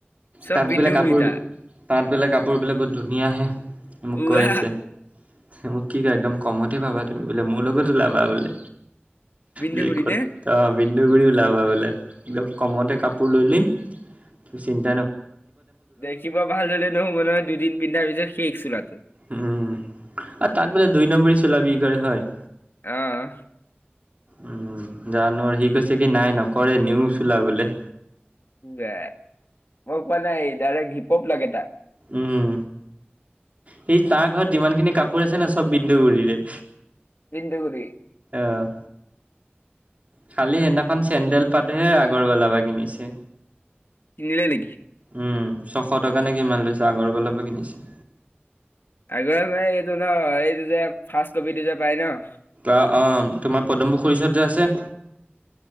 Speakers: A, on the left; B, on the right.
A: চব
B: তাত
A: বিন্দুগুৰি‌
B: বোলে কাপোৰ
A: তাৰ।
B: তাত বোলে কাপোৰ বিলাকো ধুনীয়া আহে, মোক
A: উৱা
B: কৈ আছে। সি মোক কি কয়, একদম কমতে পাবা তুমি বোলে, মোৰ লগত ওলাবা বোলে।
A: বিন্দুগুৰি
B: যি কথা!
A: নে
B: বিন্দুগুৰি ওলাবগৈ বোলে, একদম কমতে কাপোৰ লৈদিম <inaudible>
A: দেখিব ভাল হলে নহ'ব নহয়, দুদিন পিন্ধাৰ পিছত <unintelligible> চোলাত।
B: উম, আৰু তাত বোলে দুই নম্বৰী চোলা বিক্ৰী কৰে হয়?
A: অ'
B: উম, জানো আৰু, সি কৈছে কি নাই নকৰে, নিও চোলা বোলে
A: মই কোৱা নাই, ডাইৰেক্ট হিপহপ লাগে তাক।
B: উম সেই তাৰ ঘৰত যিমান খিনি কাপোৰ আছে নহয়, চব বিন্দুগুৰিৰে।
A: বিন্দুগুৰি।
B: অ' খালি সেইদিনাখন চেণ্ডেল পাতহে আগৰৱালাৰপা কিনিছে।
A: কিনিলে নেকি?
B: উম, ছশ টকা নে কিমান লৈছে, আগৰৱালাৰ পৰা কিনিছে।
A: <unintelligible>
B: অ, অ', তোমাৰ পদম পুখুৰীৰ ওচৰত যে আছে